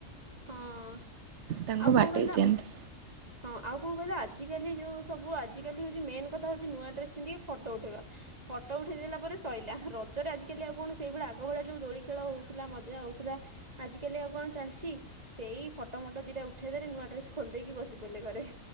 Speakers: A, on the right; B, on the right.
A: ହଁ
B: ତାଙ୍ଗୁ
A: ଆଉ କଣ
B: ବାଡେଇ
A: କହିଲ
B: ଦଅନ୍ତି।
A: ହଁ ଆଉ କଣ କହିଲ ଆଜି କାଲି ଯୋଉ ସବୁ ଆଜି କାଲି ହଉଚି ମେନ କଥା ହଉଚି ନୂଆ ଡ୍ରେସ ପିନ୍ଧିକି ଫୋଟୋ ଉଠାଇବା। ଫଟୋ ଉଠେଇ ଦେେଲା ପରେ ଶଇଲା ରଜରେ ଆଜିକାଲି ଆଉ କଣ ସେଇଭଳିଆ ଆଗ ଭଳିଆ ଯଉ ଦୋଳି ଖେଳ ହଉଥିଲା ମଜା ହଉଥିଲା ଆଜ କାଲି ଆଉ କଣ ଚାଲିଛି? ସେଇ ଫଟୋମୋଟ ଦିଟା ଉଠେଇ ଦେଲେ ନୂଆ ଡ୍ରେସ ଖୋଲିଦ ଦେଇକି ବସି ପଡିଲେ ଘରେ।